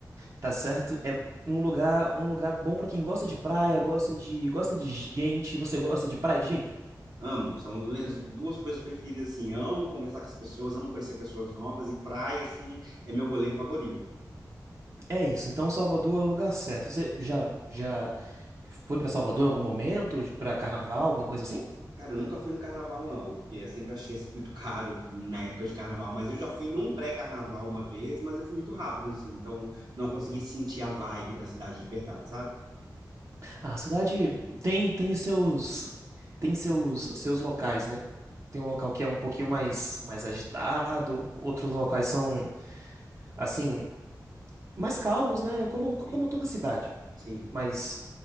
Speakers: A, on the right (about 45°); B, on the right (about 70°).
A: tá certo? É um lugar, um lugar bom pra quem gosta de praia, gosta de gosta de gente. Você gosta de praia e de gente?
B: Amo, são as minhas duas coisas preferidas, assim. Amo conversar com as pessoas, amo conhecer pessoas novas e praia, assim, é meu rolê favorito.
A: É isso. Então Salvador é o lugar certo. Você já já foi pra Salvador em algum momento, Pra carnaval, alguma coisa assim?
B: Cara, eu nunca fui no carnaval, não, porque eu sempre achei assim, muito <laughs> caro na época de carnaval, mas eu já fui num pré-carnaval uma vez, mas eu fui muito rápido, assim, então não consegui sentir a vibe da cidade de verdade, sabe?
A: A cidade tem tem seus tem seus seus locais, né? Tem um local que é um pouquinho mais mais agitado, outros locais são assim mais calmos, né? Como como
B: Uhum.
A: toda cidade.
B: Sim,
A: Mas